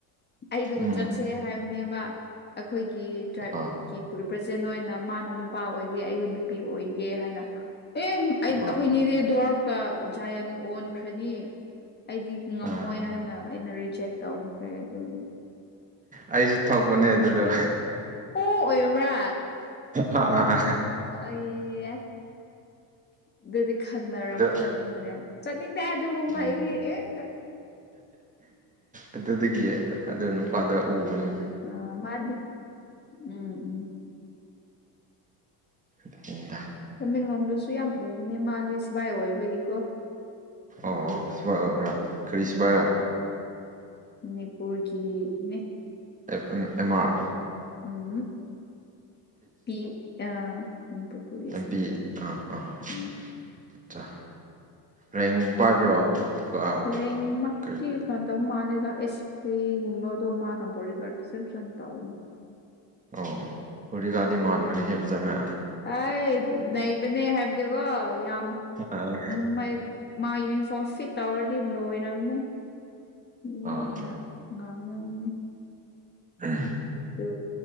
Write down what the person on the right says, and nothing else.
ꯎꯝ
ꯑꯣ
ꯑꯣ
ꯑꯥ
ꯑꯩꯁꯨ ꯊꯣꯛꯄꯅꯦ ꯑꯗꯨꯗꯣ
ꯑꯥ
ꯑꯗꯨ
ꯎꯝ
ꯑꯗꯨꯗꯒꯤ ꯑꯗꯨ ꯅꯨꯄꯥꯗꯨ ꯎꯕꯅꯤꯅꯦ
ꯗꯨꯅꯤꯗ
ꯑꯣ
ꯑꯣ ꯁꯤꯐꯥꯏ ꯑꯣꯏꯕ꯭ꯔꯥ ꯀꯔꯤ
ꯁꯤꯐꯥꯏꯔꯥ
ꯑꯦꯝ ꯑꯥꯔ
ꯍꯤꯢꯗꯤ ꯑꯥꯆꯥ
ꯔꯦꯡ ꯄꯥꯏꯕ꯭ꯔꯣ ꯅꯠꯇ꯭ꯔꯒ
ꯀꯔꯤ
ꯑꯣ ꯕꯣꯗꯤ ꯒꯥꯔꯠꯗꯤ ꯃꯥꯟꯕꯅꯤꯍꯦ ꯐꯖꯅ
ꯑꯥ
ꯑꯥ
ꯎꯝ